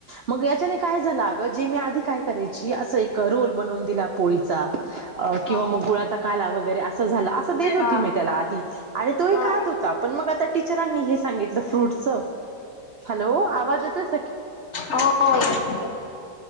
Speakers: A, on the right (about 60°); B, on the left (about 50°).
A: मग याच्याने काय झालं अग जे मी आधी काय करायची असं एक रोल बनवून दिला पोळीचा किंवा
B: हा
A: मग गुळाचा काला वगैरे असं झाला असं देत होती
B: हा
A: मी त्याला आधी आणि तोही
B: हा
A: खात होता पण मग आता टीचर सगितट हलो आवा य
B: हो